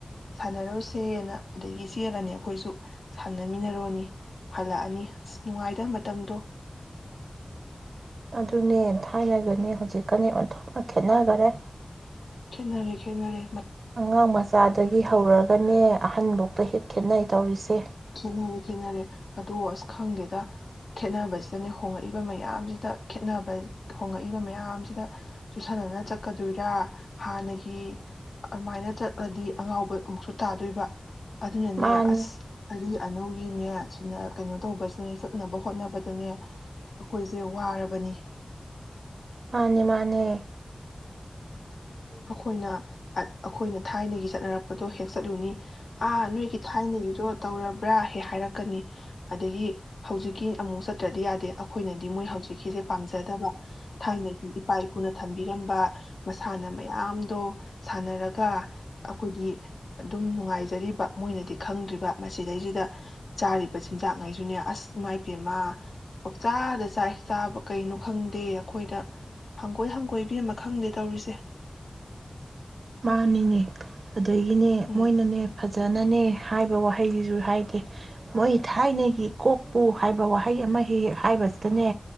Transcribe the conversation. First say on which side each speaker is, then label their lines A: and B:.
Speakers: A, on the left; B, on the right.
A: ꯁꯥꯟꯅꯔꯨꯁꯦꯅ ꯑꯗꯒꯤ ꯆꯦꯜꯂꯅꯤ ꯑꯩꯈꯣꯏꯁꯨ ꯁꯥꯟꯅꯃꯤꯟꯅꯔꯨꯔꯅꯤ ꯍꯜꯂꯛꯑꯅꯤ ꯑꯁ ꯅꯨꯡꯉꯥꯏꯇꯕ ꯃꯇꯝꯗꯣ
B: ꯑꯗꯨꯅꯦ ꯊꯥꯏꯅꯒꯅꯤ ꯍꯧꯖꯤꯛꯀꯅꯤ ꯑꯣꯟꯊꯣꯛꯅ ꯈꯦꯅꯈꯔꯦ
A: ꯈ‌ꯦꯅꯔ‌ꯦ ꯈ‌ꯦꯅꯔ‌ꯦ
B: ꯑꯉꯥꯡ ꯃꯆꯥꯗꯒꯤ ꯍꯧꯔꯒꯅꯦ ꯑꯍꯟꯕꯧ ꯍꯦꯛ ꯈꯦꯠꯅꯩ ꯇꯧꯔꯤꯁꯦ
A: ꯈꯦꯠꯅꯔꯦ ꯈꯦꯠꯅꯔꯦ ꯑꯗꯣ ꯑꯁ ꯈꯪꯗꯦꯗ ꯈꯦꯠꯅꯕꯁꯤꯗꯅꯦ ꯍꯣꯡꯉꯛꯏꯕ ꯃꯌꯥꯝꯁꯤꯗ ꯈꯦꯅꯕ ꯍꯣꯡꯉꯛꯏꯕ ꯃꯌꯥꯝꯁꯤꯗꯁꯨꯨ ꯆꯨꯁꯟꯅꯅ ꯆꯠꯀꯗꯣꯏꯔꯥ ꯍꯥꯟꯅꯒꯤ ꯑꯗꯨꯃꯥꯏꯅ ꯆꯠꯂꯗꯤ ꯑꯉꯥꯎꯕ ꯑꯃꯨꯛꯁꯨ ꯇꯥꯗꯣꯏꯕ ꯑꯗꯨꯅꯅꯦ
B: ꯃꯥꯅꯤ
A: ꯑꯁ ꯑꯔꯤ ꯑꯅꯧꯒꯤꯅꯦ ꯁꯅ ꯀꯩꯅꯣ ꯇꯧꯕꯁꯤꯅꯦ ꯆꯠꯅꯕ ꯍꯣꯠꯅꯕꯗꯅꯦ ꯑꯩꯈꯣꯏꯁꯦ ꯋꯥꯔꯕꯅꯤ
B: ꯃꯥꯅꯤ ꯃꯥꯅꯦ
A: ꯑꯩꯈꯣꯏꯅ ꯑꯩꯈꯣꯏꯅ ꯊꯥꯏꯅꯒꯤ ꯆꯠꯅꯔꯛꯄꯗꯣ ꯍꯦꯛ ꯆꯠꯂꯨꯅꯤ ꯑꯥ ꯅꯣꯏꯒꯤ ꯊꯥꯏꯅꯒꯤꯗꯣ ꯇꯧꯔꯕ꯭ꯔꯥ ꯍꯦꯛ ꯍꯥꯏꯔꯛꯀꯅꯤ ꯑꯗꯒꯤ ꯍꯧꯖꯤꯛꯀꯤ ꯑꯃꯨꯛ ꯆꯠꯇ꯭ꯔꯗꯤ ꯌꯥꯗꯦ ꯑꯩꯈꯣꯏꯅꯗꯤ ꯃꯣꯏ ꯍꯧꯖꯤꯛꯀꯤꯁꯦ ꯄꯥꯝꯖꯗꯕ ꯊꯥꯏꯅꯒꯤ ꯏꯄꯥ ꯏꯄꯨꯅ ꯊꯝꯕꯤꯔꯝꯕ ꯁꯥꯟꯅ ꯃꯌꯥꯝꯗꯣ ꯁꯥꯟꯅꯔꯒ ꯑꯩꯈꯣꯏꯒꯤ ꯑꯗꯨꯝ ꯅꯨꯡꯉꯥꯏꯖꯔꯤꯕ ꯃꯣꯏꯅꯗꯤ ꯈꯪꯗ꯭ꯔꯤꯕ ꯃꯁꯤꯗꯩꯁꯤꯗ ꯆꯥꯔꯤꯕ ꯆꯤꯟꯖꯥꯛꯉꯩꯁꯨꯅꯦ ꯑꯁ ꯏꯃꯥꯏ ꯏ ꯄꯦꯝꯃ ꯄꯥꯛꯆꯥꯗ ꯆꯥꯏ ꯆꯥꯕ ꯀꯩꯅꯣ ꯈꯪꯗꯦ ꯑꯩꯈꯣꯏꯗ ꯍꯪꯒꯣꯏ ꯍꯪꯒꯣꯏꯕꯤ ꯑꯃ ꯈꯪꯗꯦ ꯇꯧꯔꯤꯁꯦ <unintelligible>
B: ꯃꯥꯅꯤꯅ‌ꯦ ꯑꯗꯒꯤꯅꯦ
A: ꯎꯝ
B: ꯃꯣꯏꯅꯅꯦ ꯐꯖꯅꯅꯦ ꯍꯥꯏꯕ ꯋꯥꯍꯩꯁꯤꯁꯨ ꯍꯥꯏꯗꯦ ꯃꯣꯏ ꯊꯥꯏꯅꯒꯤ ꯀꯣꯛꯄꯨ ꯍꯥꯏꯕ ꯋꯥꯍꯩ ꯑꯃ ꯍꯦꯛꯦꯛ ꯍꯥꯏꯕꯁꯤꯗꯅꯦ